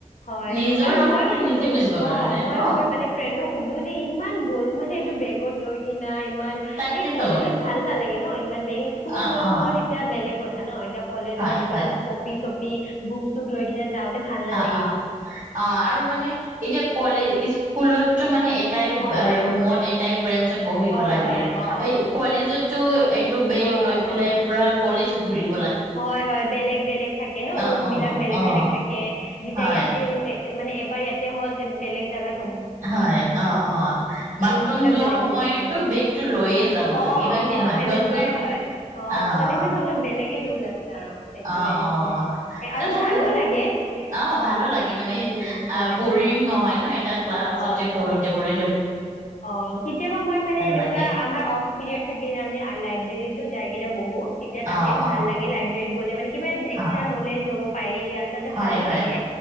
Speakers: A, on the left; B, on the right.
A: হয়
B: নিজৰ
A: আৰু
B: আখৰটো
A: ময়ো সুধো
B: নিজে বুজিব
A: অ
B: কাৰণে
A: মই
B: ন
A: মোৰ মানে ফ্ৰেণ্ডক সুধো যে ইমান বল মানে বেগত লৈ কিনা ইমান
B: তাকেতো
A: এই কলেজত ভাল নালাগে ন ইমান স্কুলত
B: অ
A: লৈ
B: অ
A: গৈছিলো তেতিয়া বেলেগ কত জা ন এতিয়া কলেজত
B: হয়
A: ইমান
B: হয়
A: কপি চপি ভোক চোক লৈ কিনে যা ভাল নালাগে
B: অ অ
A: ই
B: অ আৰু মানে এতিয়া কলেজ স্কুলতটো মানে এ এটাই
A: হয়
B: ৰুমত এটাই ব্ৰেঞ্চত বহিব
A: হয়
B: লাগে
A: হয় অ
B: কলেজত টো এই টো বেগ
A: হয়
B: লৈ পেলাই
A: অ
B: পুৰা কলি যুগ। <unintelligible>
A: হয়, হয় বেলেগ বেলেগ থাকে ন
B: অ
A: ৰুম
B: অ
A: বিলাক বেলেগ
B: অ
A: বেলেগ থাকে। যেতিয়া
B: হয়
A: ইয়াতে মানে এবাৰ ইয়াতে হ'ল বেলেগ জেগাত।
B: হয়, অ'অ' বাথৰুম
A: ৰুম বিলাক
B: যোৱা
A: বেলেগ
B: সময়তো
A: বেলেগ থাকে
B: বেগটো লৈয়ে যাব
A: অ
B: লাগে হয়
A: অ
B: কি নহয়
A: সেনেকুৱাই
B: কোৱাচোন।
A: হয় অ
B: অ'
A: কলেজত অলপ বেলেগে ৰুল আছে। আৰু সেইটোয়ে
B: অ' অ'
A: এ-
B: তথাপিও
A: আৰু ভালো লাগে
B: অ ভালো লাগে মানে
A: উম হয়
B: আ বৰিং নহয়। নাই এ তাত ক্লাছতে
A: হয়
B: কৰোতে কৰো।
A: অ' কেতিয়াবা মই মানে এনেকুৱা
B: লাগে
A: আমাৰ অফ পিৰিয়ড থাকিলে আমি লাইব্ৰেৰীতো যাই কিনে বহো তেতিয়া তাতেও
B: অ অ
A: ভাল লাগে লাইব্ৰেৰীত। গলে মানে। কিবা এক্সট্ৰা
B: অ
A: নলেজ ল'ব পাৰি। আৰু তাতে
B: হয়
A: ভালো
B: হয়
A: লাগে,